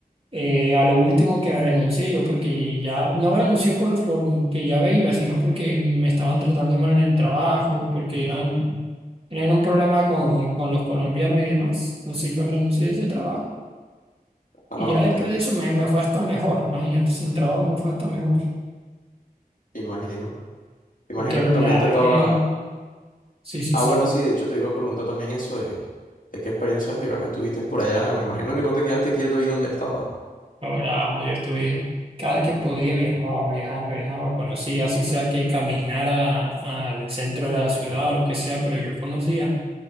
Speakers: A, on the right (about 35°); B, on the left (about 60°).
A: eh, a lo último que renuncié yo, porque ya no renuncié por, por que ya me iba, sino porque me estaban tratando mal en el trabajo, porque eran, tenían un problema con, con los colombianos y demás. Entonces yo renuncié a ese trabajo.
B: Ah,
A: Y
B: ok,
A: ya después de eso me, me fue hasta mejor, imagínate, sin trabajo me fue hasta mejor,
B: imagino. Imagino
A: porque viajé,
B: que también te estabas
A: sí, sí,
B: Ah,
A: sí.
B: bueno, sí, de hecho te iba a preguntar también eso de, de qué experiencias de viaje tuviste por allá. Me imagino que no te quedaste quieto ahí donde estabas.
A: Ahora yo estuve, cada que podía viajaba, viajaba, viajaba, conocía, así sea que caminara al centro de la ciudad o lo que sea, pero yo conocía.